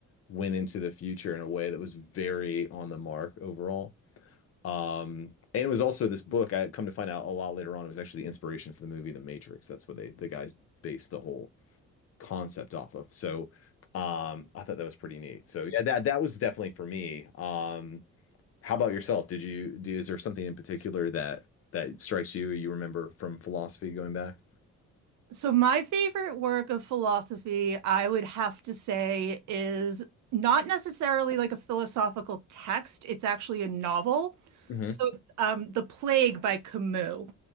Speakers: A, on the left (about 50°); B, on the right (about 70°).
A: went into the future in a way that was very on the mark overall. Um, and it was also this book. I come to find out a lot later on. It was actually the inspiration for the movie The Matrix. That's what they the guys based the whole concept off of. So um, I thought that was pretty neat. So yeah, that that was definitely for me. Um, how about yourself? Did you do? Is there something in particular that that strikes you? You remember from philosophy going back?
B: So my favorite work of philosophy, I would have to say, is not necessarily like a philosophical text. It's actually a novel.
A: hmm
B: So it's um, The Plague by Camus.